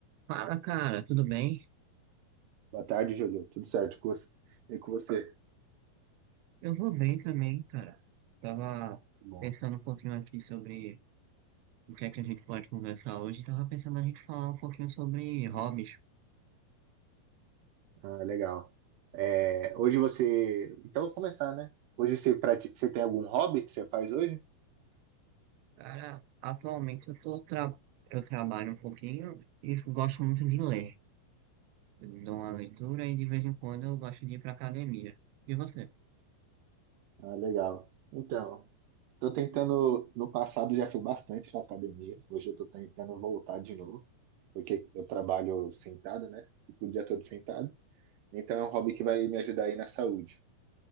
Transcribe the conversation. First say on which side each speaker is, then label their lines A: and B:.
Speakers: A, on the right; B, on the right.
A: Fala, cara, tudo bem?
B: Boa tarde, Júlio. Tudo certo com você? E com você?
A: Eu vou bem também, cara. Tava
B: Bom,
A: pensando um pouquinho aqui sobre o que é que a gente pode conversar hoje. Tava pensando a gente falar um pouquinho sobre hobbies.
B: ah, legal. É, hoje você. Então, vou começar, né? Hoje você, prati... você tem algum hobby que você faz hoje?
A: Cara, atualmente eu tô tra... eu trabalho um pouquinho e gosto muito de ler. Eu dou uma
B: Hum,
A: leitura e de vez em quando eu gosto de ir pra academia. E você?
B: ah, legal. Então, tô tentando. No passado já fui bastante na academia. Hoje eu tô tentando voltar de novo, porque eu trabalho sentado, né? Fico o dia todo sentado. Então, é um hobby que vai me ajudar aí na saúde.